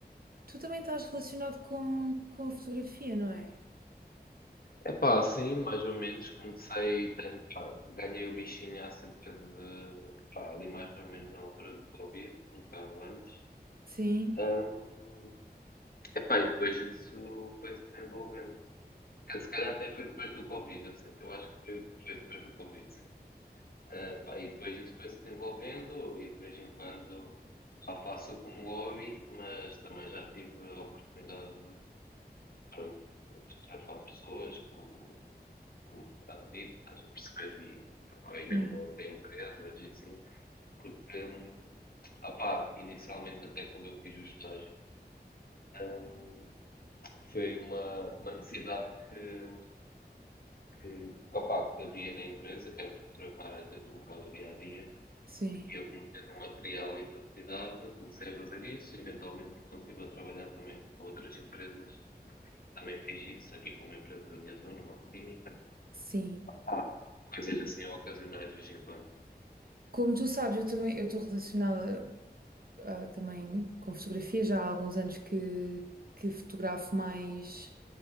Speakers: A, on the right; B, on the left.
A: tu também estás relacionado com, com a fotografia, não é?
B: Epá, sim, mais ou menos, comecei, tenho, pá, ganhei o bichinho há cerca de, pá, ali mais ou menos na altura do Covid, um bocado antes.
A: Sim,
B: Ahm, epá, e depois isso foi se desenvolvendo. Se calhar até foi depois do Covid, eu, sei- eu acho que foi, foi depois do Covid, sim. Ah, pá, e depois isso foi se desenvolvendo e de vez em quando já faço como hobby, mas também já tive a oportunidade pronto, fotografar pessoas com, com a pedido, estás a perceber, e, epá, e mesmo
A: Sim.
B: até empresas e assim, porque, hum, opá, inicialmente até quando eu fiz o estágio, hum, foi uma, uma necessidade que, que, opá, que havia na empresa, que era fotografar às vezes um bocado o dia a dia,
A: sim,
B: e eu comecei um material e facilidade, comecei a fazer isso, eventualmente quando estive a trabalhar também para outras empresas, também fiz isso aqui para uma empresa da minha zona, uma clínica,
A: sim.
B: Há coisas assim ocasionais de vez em quando.
A: Como tu sabes, eu também eu estou relacionada ah, também com fotografia, já há alguns anos que, que fotografo mais